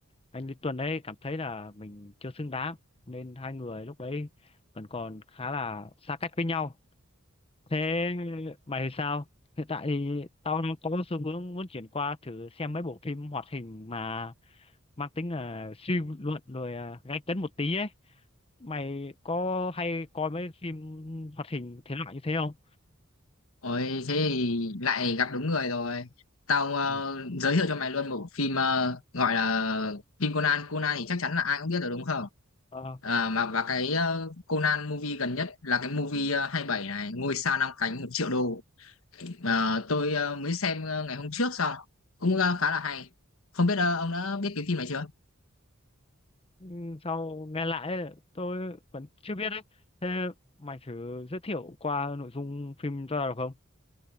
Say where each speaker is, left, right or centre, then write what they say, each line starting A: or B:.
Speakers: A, on the left; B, on the left.
A: anh Lý Tuấn ấy cảm thấy là mình chưa xứng đáng nên hai người lúc đấy vẫn còn khá là xa cách với nhau thế mày thì sao hiện tại thì tao đang có xu hướng muốn chuyển qua thử xem mấy bộ phim hoạt hình mà mang tính là suy luận rồi à, gay cấn một tí ấy mày có hay coi mấy phim hoạt hình thế loại như thế không
B: Ôi thế thì lại gặp đúng người rồi. Tao ờ,
A: Ừ.
B: giới thiệu cho mày luôn bộ phim ờ, gọi là phim Conan. Conan thì chắc chắn là ai cũng biết rồi đúng không?
A: Ờ,
B: À, mà và cái ờ, Conan movie gần nhất là cái movie ờ, 27 này, ngôi sao năm cánh một triệu đô. Ờ, tôi ờ, mới xem ờ, ngày hôm trước xong cũng ờ, khá là hay không biết ờ, ông đã biết cái phim này chưa
A: ừ, sau nghe lại ấy, tôi vẫn chưa biết đấy thế mày thử giới thiệu qua nội dung phim cho tao được không